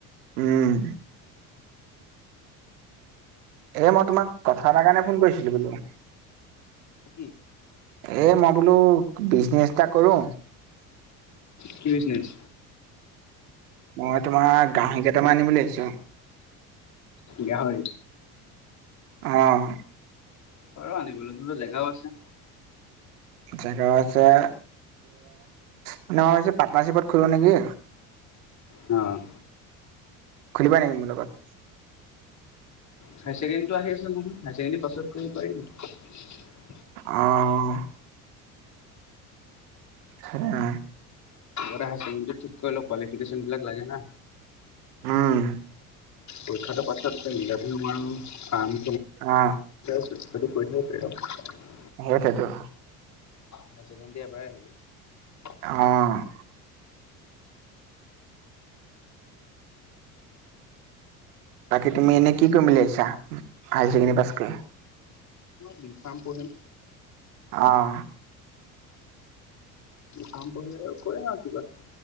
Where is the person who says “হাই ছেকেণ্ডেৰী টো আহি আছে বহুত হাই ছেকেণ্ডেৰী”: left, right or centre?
Left